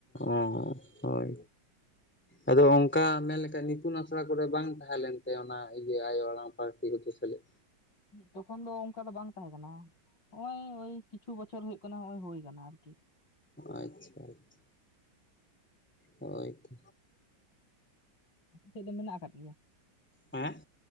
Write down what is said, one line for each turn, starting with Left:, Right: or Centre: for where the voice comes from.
Centre: ᱚ ᱦᱳᱭ
Left: <inaudible>
Centre: ᱟᱫᱚ ᱚᱱᱠᱟ ᱢᱮᱱᱞᱠᱷᱟ ᱤᱛᱩᱱ ᱟᱥᱲᱟ ᱠᱚᱨᱮ ᱵᱟᱝ ᱛᱟᱦᱮᱸ ᱞᱮᱱᱛᱮ ᱚᱱᱟ ᱤᱭᱟᱹ ᱟᱭᱳ ᱟᱲᱟᱝ ᱯᱟᱹᱨᱥᱤ ᱜᱫᱚ ᱥᱟᱞᱮᱫ᱾
Left: ᱛᱚᱠᱷᱚᱱ ᱫᱚ ᱚᱱᱠᱟ ᱫᱚ ᱵᱟᱝ ᱛᱟᱦᱮᱸ ᱠᱟᱱᱟ, ᱱᱚᱜᱼᱚᱭ ᱳᱭ ᱪᱷᱚ ᱵᱚᱪᱷᱚᱨ ᱦᱩᱭᱩᱜ ᱠᱟᱱᱟ ᱱᱚᱜᱚᱭ ᱦᱩᱭ ᱠᱟᱱᱟ ᱟᱨᱠᱤ ᱾
Centre: ᱟᱪᱪᱷᱟ ᱟᱪᱪᱷᱟ᱾ ᱦᱳᱭ ᱛᱚ᱾
Left: ᱟᱯᱮᱥᱮᱫ ᱫᱚ ᱢᱮᱱᱟᱜ ᱟᱠᱫᱜᱮᱭᱟ,
Centre: ᱦᱮᱸ